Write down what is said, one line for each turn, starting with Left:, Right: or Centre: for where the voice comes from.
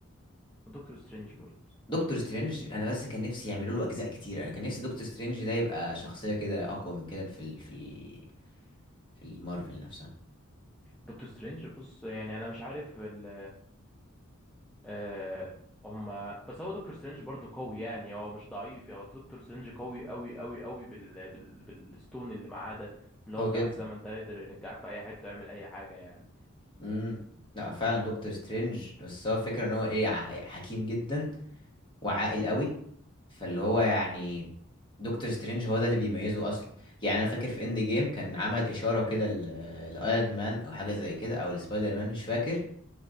Centre: ودكتور سترينج برضه
Left: دكتور سترينج أنا بس كان نفسي يعملوا له أجزاء كتير أنا كان نفسي دكتور سترينج ده يبقى شخصية كده أقوى من كده في ال في ال في المارفل نفسها
Centre: دكتور سترينج بص يعني انا مش عارف ال آه هما بس هو دكتور سترينج برضه قوي يعني هو مش ضعيف يعني هو دكتور سترينج قوي قوي قوي قوي بال... بال... بالستون اللي معاه ده اللي
Left: قوي
Centre: هو بتاع
Left: جدا
Centre: الزمن ده يقدر يرجعك في اي حتة يعمل اي حاجة يعني
Left: امم لا فعلا دكتور سترينج بس هو الفكرة إن هو إيه ع- حكيم جدا وعاقل قوي فاللي هو يعني دكتور سترينج هو ده اللي بيميزه أصلا يعني أنا فاكر في إند جيم كان عمل إشارة كده لأيرون مان أو حاجة زي كده أو لسبايدر مان مش فاكر